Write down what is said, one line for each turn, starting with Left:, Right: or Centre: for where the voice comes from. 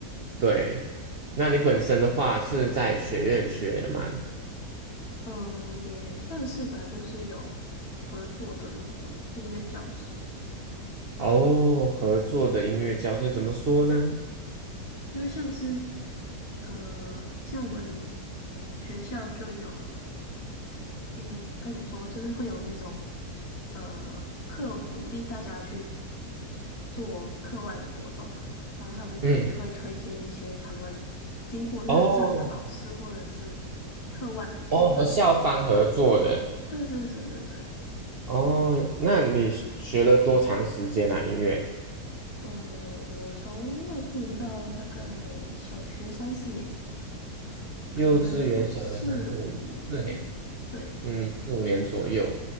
Right: 对，那你本身的话是在学院学的嘛？
Left: 嗯，也算是吧，就是有合作的那种音乐教室。
Right: 哦，合作的音乐教室怎么说呢？
Left: 因为像是，呃，像我们学校就有，诶，该怎么说，就是会有那种，呃，课鼓励大家去做课外的活动嘛，然后他们可能就会推荐一些他们经过认证的老师或者是
Right: 嗯，哦，
Left: 课外补习班这种。
Right: 哦，和校方合作的。
Left: 对对对对对，
Right: 哦，那你学了多长时间啊？音乐？
Left: 呃，我从幼稚园到大概小学三四年级吧，可能有四五年。
Right: 幼稚园、小学三四年，四年，
Left: 对，
Right: 嗯，四五年左右。